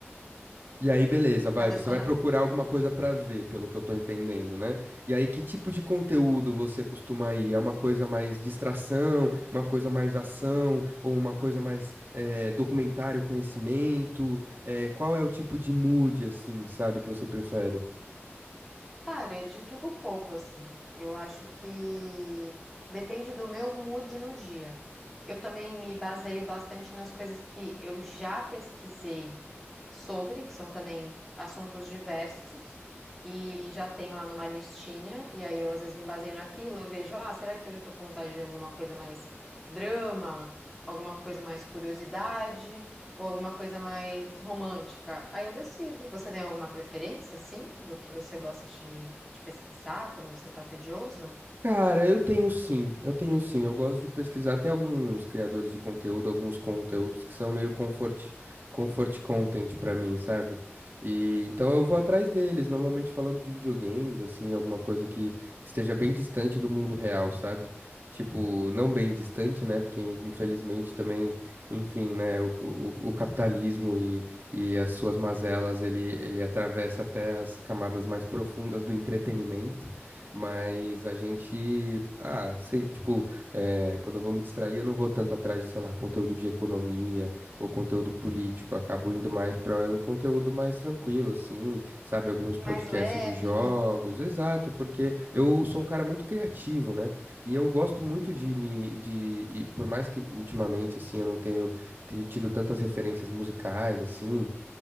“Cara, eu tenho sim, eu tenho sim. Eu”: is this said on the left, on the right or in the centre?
Right